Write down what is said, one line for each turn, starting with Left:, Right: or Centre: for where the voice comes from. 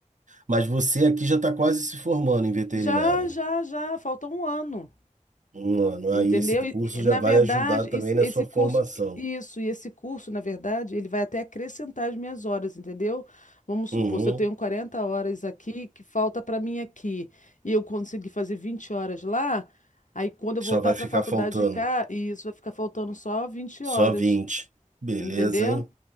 Right: Mas você aqui já está quase se formando em veterinária.
Left: Já, já, já, falta um ano,
Right: Um ano.
Left: entendeu?
Right: Aí esse
Left: E,
Right: curso
Left: e,
Right: já
Left: na
Right: vai
Left: verdade,
Right: ajudar também
Left: is-
Right: na
Left: esse
Right: sua formação.
Left: curso, isso, e esse curso, na verdade, ele vai até acrescentar as minhas horas, entendeu? Vamos
Right: Uhum.
Left: supor, se eu tenho 40 horas aqui, que falta para mim aqui, e eu conseguir fazer 20 horas lá, aí quando eu
Right: Só
Left: voltar
Right: vai ficar
Left: para a faculdade
Right: faltando
Left: de cá, isso vai ficar faltando só 20
Right: só
Left: horas,
Right: vinte, Beleza,
Left: entendeu?
Right: hein?